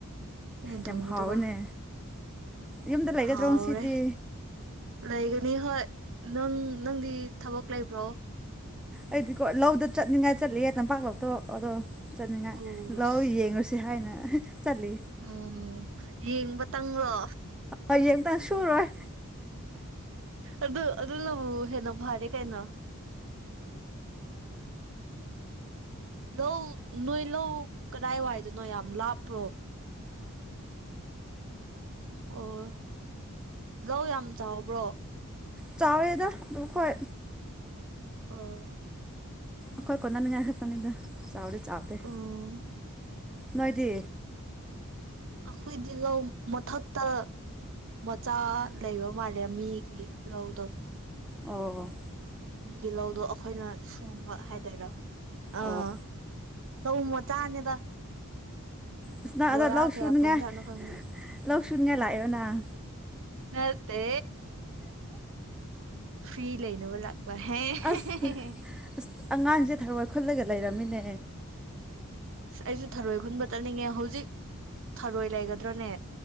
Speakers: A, on the right; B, in the centre.
A: ꯌꯦꯟ
B: ꯌꯥꯝ
A: ꯊꯣꯡꯕꯗꯨꯒ
B: ꯍꯥꯎꯋꯦꯅꯦ ꯌꯨꯝꯗ ꯂꯩꯒꯗ꯭ꯔꯣ
A: ꯍꯥꯎꯔꯦ
B: ꯉꯁꯤꯗꯤ
A: ꯂꯩꯒꯅꯤ ꯍꯣꯏ ꯅꯪ ꯅꯪꯗꯤ ꯊꯕꯛ ꯂꯩꯕ꯭ꯔꯣ
B: ꯑꯩꯗꯤꯀꯣ ꯂꯧꯗ ꯆꯠꯅꯤꯡꯉꯥꯏ ꯆꯠꯂꯤꯌꯦ ꯇꯝꯄꯥꯛꯂꯧꯗꯣ ꯑꯗꯣ ꯆꯠꯅꯤꯡꯉꯥꯏ
A: ꯑꯣ
B: ꯂꯧ
A: ꯑꯁ
B: ꯌꯦꯡꯉꯨꯁꯤ ꯍꯥꯏꯅ ꯆꯠꯂꯤ
A: ꯎꯝ ꯌꯦꯡꯕ ꯇꯪꯂꯣ
B: ꯑ ꯌꯦꯡꯇ ꯁꯨꯔꯣꯏ
A: ꯑꯗꯨ ꯑꯗꯨꯅꯕꯨ ꯍꯦꯟꯅ ꯐꯔꯦ ꯀꯩꯅꯣ ꯂꯧ ꯅꯣꯏ ꯂꯧ ꯀꯗꯥꯏꯋꯥꯏꯗꯅꯣ ꯌꯥꯝ ꯂꯥꯞꯄ꯭ꯔꯣ ꯑꯣ ꯂꯧ ꯌꯥꯝ ꯆꯥꯎꯕ꯭ꯔꯣ
B: ꯆꯥꯎꯋꯦꯗ ꯗꯨꯕꯨ ꯈꯣꯏ
A: ꯑꯣ
B: ꯑꯈꯣꯏ ꯀꯣꯟꯅꯅꯤꯡꯉꯥꯏ ꯈꯛꯇꯥꯅꯤꯗ ꯆꯥꯎꯗꯤ ꯆꯥꯎꯗꯦ
A: ꯎꯝ
B: ꯅꯣꯏꯗꯤ
A: ꯑꯈꯣꯏꯗꯤ ꯂꯧ ꯃꯊꯛꯇꯥ ꯃꯆꯥ ꯂꯩꯕ ꯃꯥꯜꯂꯦ ꯃꯤꯒꯤ ꯂꯧꯗꯣ
B: ꯑꯣ
A: ꯃꯤꯒꯤ ꯂꯧꯗꯣ ꯑꯈꯣꯏꯅ ꯁꯨꯕ ꯍꯥꯏꯗꯣꯏꯔꯣ ꯑꯥ
B: ꯑꯣ
A: ꯂꯧ ꯃꯆꯥꯅꯦꯗ
B: ꯑꯁ ꯅꯪ
A: ꯕꯣꯔꯥ
B: ꯑꯗꯣ ꯂꯧ
A: ꯀꯌꯥ
B: ꯁꯨꯅꯤꯡꯉꯥꯏ
A: ꯐꯪꯖꯥꯠꯅꯣ ꯈꯪꯗꯦ
B: ꯂꯧ ꯁꯨꯅꯤꯉꯥꯏ ꯂꯥꯛꯏꯔꯣ ꯅꯪ
A: ꯅꯠꯇꯦ ꯐ꯭ꯔꯤ ꯂꯩꯅꯕ ꯂꯥꯛ <unintelligible>
B: ꯑꯁ ꯑꯁ ꯑꯉꯥꯡꯖꯦ ꯊꯔꯣꯏ ꯈꯨꯜꯂꯒ ꯂꯩꯔꯝꯃꯤꯅꯦ
A: ꯑꯩꯖꯨ ꯊꯔꯣꯏ ꯈꯨꯟꯕ ꯆꯠꯅꯤꯡꯉꯦ ꯍꯧꯖꯤꯛ ꯊꯔꯣꯏ ꯂꯩꯒꯗ꯭ꯔꯣꯅꯦ